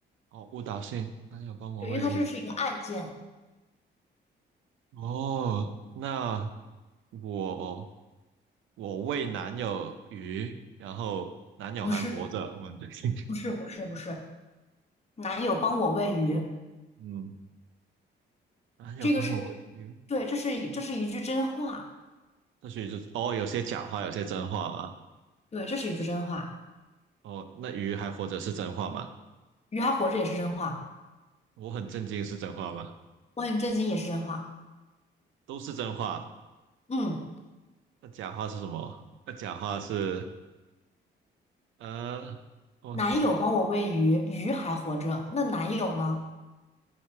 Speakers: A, on the right; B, on the left.
A: 哦，误导性，男友帮我喂鱼。
B: 对，因为它这是一个案件，
A: 哦，那我我喂男友鱼，然后男友还活着，
B: 不是
A: 我的天，
B: 不是不是不是，男友帮我喂鱼，
A: 嗯，男友帮我喂鱼，
B: 这个是一个，对，这是一这是一句真话，
A: 或许是哦，有些假话，有些真话啊。
B: 对，这是一句真话，
A: 哦，那鱼还活着是真话吗？
B: 鱼还活着也是真话，
A: 我很震惊，是真话吗？
B: 我很震惊也是真话，
A: 都是真话。
B: 嗯。
A: 那假话是什么？那假话是呃，我
B: 男友帮我喂鱼，鱼还活着，那男友呢？